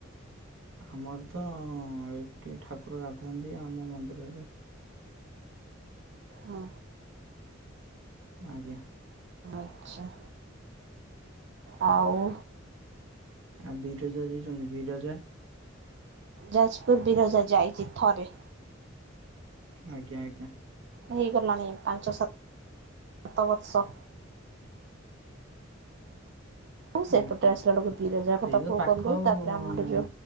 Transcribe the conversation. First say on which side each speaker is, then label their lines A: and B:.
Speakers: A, on the right (about 80°); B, on the right (about 60°).
A: ଆମର ତ ଏଇଠି ଠାକୁର ଗାଧାନ୍ତି ଆମ ମନ୍ଦିରରେ।
B: ହଁ।
A: ଆଜ୍ଞା।
B: ଆଚ୍ଛା। ଆଉ?
A: ଆ ବିରଜା ଯାଇଛନ୍ତି ବିରଜା?
B: ଯାଜପୁର ବିରଜା ଯାଇଛି ଥରେ।
A: ଆଜ୍ଞା ଆଜ୍ଞା।
B: ହେଇଗଲାଣି ପାଞ୍ଚ ସାତ ବର୍ଷ। ଔ ସେପଟେ
A: ହୁଁ ହୁଁ
B: ଆସିଲା ବେଳକୁ ବିରଜା ପାଖକୁ
A: ସେଇ ତ ପାଖ
B: ଗଲୁ ତାପରେ
A: ଆଉ
B: ଆମର ଯୋଉ